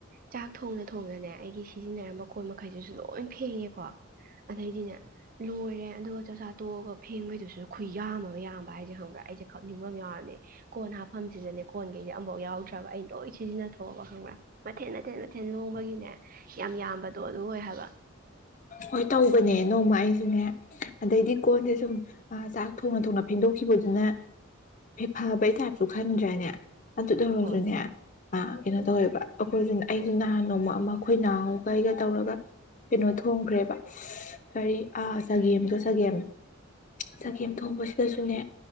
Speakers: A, on the right (about 45°); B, on the left (about 40°).
A: ꯆꯥꯛ ꯊꯣꯡꯅ ꯊꯣꯡꯅꯅꯦ ꯑꯩꯒꯤ ꯁꯤꯖꯤꯟꯅꯔꯝꯕ ꯑꯀꯣꯟ ꯃꯈꯩꯗꯨꯁꯨ ꯂꯣꯏ ꯐꯦꯡꯉꯦꯀꯣ ꯑꯗꯩꯗꯤꯅꯦ ꯂꯣꯏꯔꯦ ꯑꯗꯨꯒ ꯆꯥꯛꯆꯥꯥ ꯇꯣꯛꯑꯒ ꯐꯦꯡꯕꯩꯗꯨꯁꯨ ꯈꯨ ꯌꯥꯝꯃꯒ ꯌꯥꯝꯃ ꯄꯥ ꯍꯥꯏꯁꯦ ꯈꯪꯕ꯭ꯔꯥ ꯑꯩꯁꯦ ꯈꯛꯅꯤꯡꯕ ꯑꯃ ꯌꯥꯎꯔꯅꯦ ꯀꯣꯟ ꯍꯥꯞꯐꯝꯁꯤꯗꯅꯦ ꯀꯣꯟꯈꯩꯗꯤ ꯑꯃꯨꯐꯥꯎ ꯌꯥꯎꯗ꯭ꯔꯦ ꯕ ꯑꯩ ꯂꯣꯏ ꯁꯤꯖꯤꯟꯅꯊꯣꯛꯑꯕ ꯈꯪꯕ꯭ꯔꯥ ꯃꯊꯦꯟ ꯃꯊꯦꯟ ꯃꯊꯦꯟ ꯂꯍꯣꯡꯕꯒꯤꯅꯦ ꯌꯥꯝ ꯌꯥꯝꯕꯗꯣ ꯑꯗꯨ ꯑꯣꯏ ꯍꯥꯏꯕ
B: ꯍꯣꯏ ꯇꯧꯕꯅꯦ ꯅꯣꯡꯃ ꯑꯩꯁꯤꯅꯦ ꯑꯗꯩꯗꯤ ꯀꯣꯟꯁꯦ ꯁꯨꯝ ꯆꯥꯛ ꯊꯣꯡꯅ ꯊꯣꯡꯅ ꯐꯦꯡꯗꯣꯛꯈꯤꯕꯗꯨꯅ ꯐꯕꯩ ꯇꯥꯏꯞꯁꯨ ꯈꯟꯗ꯭ꯔꯦꯅꯦ ꯑꯗꯨ ꯇꯧꯔꯁꯨꯅꯦ
A: ꯍꯣꯏ
B: ꯑ ꯀꯩꯅꯣ ꯇꯧꯋꯦꯕ ꯑꯩꯈꯣꯏꯁꯨ ꯑꯩꯁꯨ ꯅꯍꯥꯟ ꯅꯣꯡꯃ ꯑꯃ ꯑꯩꯈꯣꯏ ꯅꯍꯒꯩꯒ ꯇꯧꯔꯒ ꯀꯩꯅꯣ ꯊꯣꯡꯈ꯭ꯔꯦꯕ ꯀꯔꯤ ꯆꯒꯦꯝꯗꯣ ꯆꯒꯦꯝ ꯆꯒꯦꯝ ꯊꯣꯡꯕꯁꯤꯗꯁꯨꯅꯦ